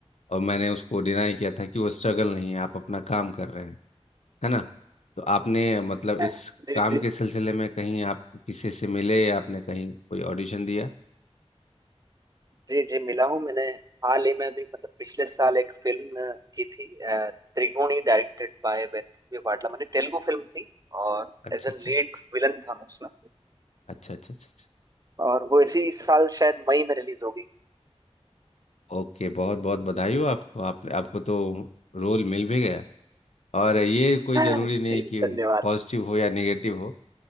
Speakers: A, on the left; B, on the right.
A: और मैंने उसको डिनाई किया था कि वो स्ट्रगल नहीं है आप अपना काम कर रहे हैं है ना तो आपने मतलब इस
B: <laughs> जी
A: काम
B: जी
A: के
B: जी
A: सिलसिले में कहीं आप किसी से मिले या आपने कहीं कोई ऑडिशन दिया
B: जी जी मिला हूँ मैंने हाल ही में भी मतलब पिछले साल एक फिल्म अ, की थी अ, त्रिगुणी डायरेक्टेड बाय वेदव्य वाटला मैंने तेलुगु फिल्म थी और
A: अच्छा
B: एज ए
A: अच्छा
B: लीड विलन था मैं उसमें
A: अच्छा अच्छा अच्छा
B: और वो इसी साल शायद मई में रिलीज होगी <laughs>
A: ओके बहुत बहुत बधाई हो आपको आप आपको तो रोल मिल भी गया और ये कोई ज़रूरी
B: जी
A: नहीं कि
B: धन्यवाद
A: पॉजिटिव हो या नेगेटिव हो